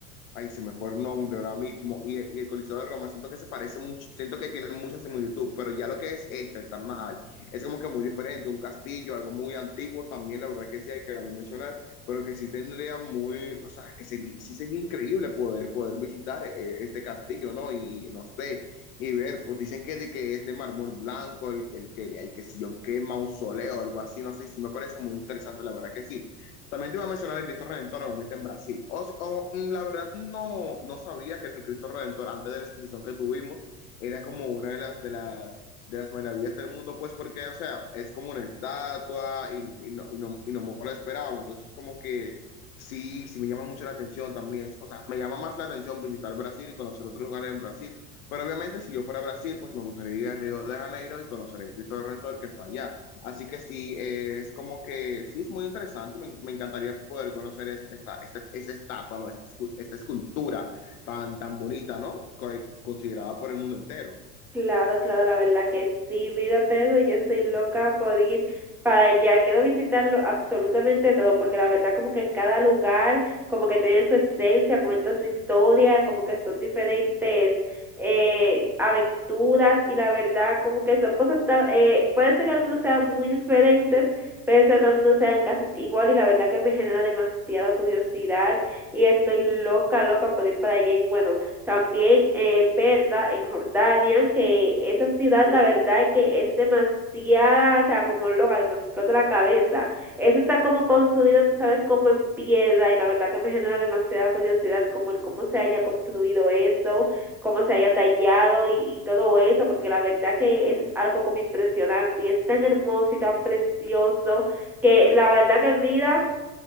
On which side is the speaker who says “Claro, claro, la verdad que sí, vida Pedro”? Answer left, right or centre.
Centre